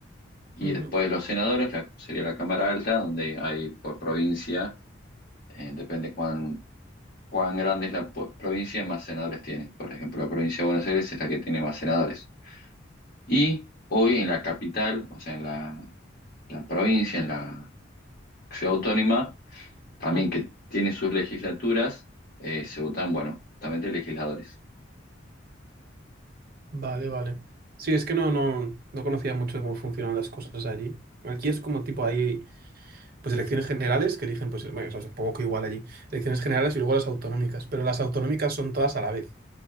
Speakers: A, on the left; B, on the right.
A: Y
B: Ujú.
A: después los senadores, la- sería la Cámara Alta, donde hay por provincia, eh, depende cuán, cuán grande es la po- provincia, más senadores tiene. Por ejemplo, la provincia de Buenos Aires es la que tiene más senadores. Y hoy en la capital, o sea, en la, la provincia, en la ciudad autónoma, también
B: Mm.
A: que tiene sus legislaturas, eh, se votan, bueno, justamente legisladores.
B: Vale, vale. Sí, es que no, no, no conocía mucho cómo funcionan las cosas allí. Aquí es como tipo hay pues elecciones generales que eligen, pues, bueno, eso es un poco igual allí. Elecciones generales y luego las autonómicas, pero las autonómicas son todas a la vez.